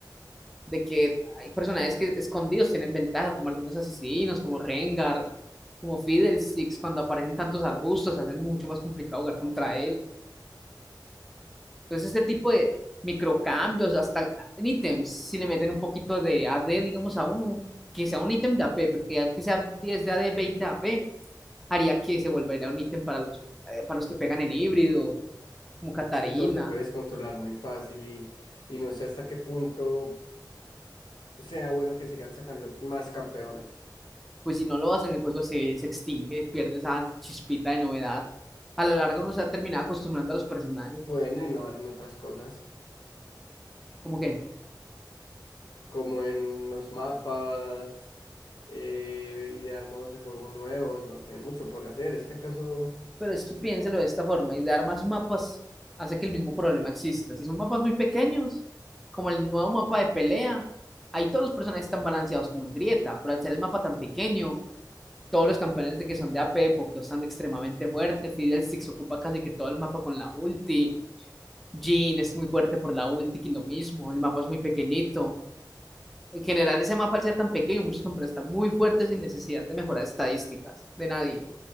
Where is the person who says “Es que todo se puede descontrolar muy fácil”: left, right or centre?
Left